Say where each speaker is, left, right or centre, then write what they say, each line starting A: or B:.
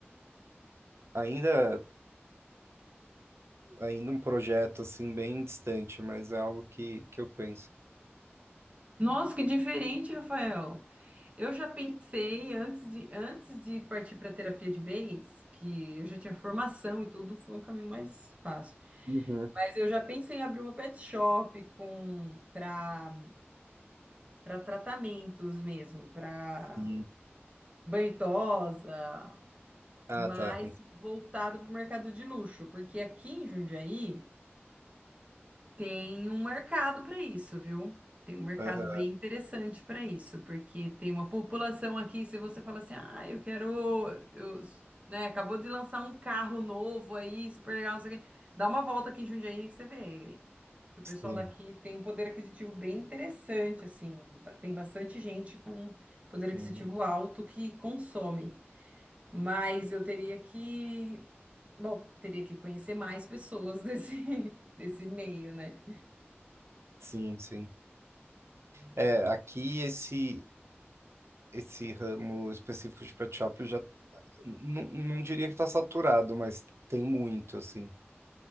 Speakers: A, on the right (about 80°); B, on the right (about 30°).
A: Ainda, ainda um projeto, assim, bem distante, mas é algo que, que eu penso.
B: Nossa, que diferente, Rafael. Eu já pensei antes de, antes de partir para terapia de vez, que eu já tinha formação e tudo, foi um caminho mais fácil.
A: Uhum,
B: Mas eu já pensei em abrir uma pet shop com para para tratamentos mesmo, para
A: sim.
B: banhosa,
A: Ah,
B: mas
A: tá. Ent-
B: voltado para o mercado de luxo, porque aqui em Jundiaí Tem um mercado para isso, viu? Tem um mercado
A: aham,
B: bem interessante para isso, porque tem uma população aqui, se você fala assim, ah, eu quero, eu, né, acabou de lançar um carro novo aí, super legal, não sei o quê. Dá uma volta aqui em Jundiaí que você vê ele. O pessoal
A: sim.
B: daqui tem um poder aquisitivo bem interessante, assim, ba- tem bastante gente com poder aquisitivo
A: uhum.
B: alto que consome, mas eu teria que, bom, teria que conhecer mais pessoas desse, <laughs> desse meio, né?
A: Sim, sim. É, aqui esse esse ramo específico de pet shop, eu já n- não diria que tá saturado, mas tem muito, assim.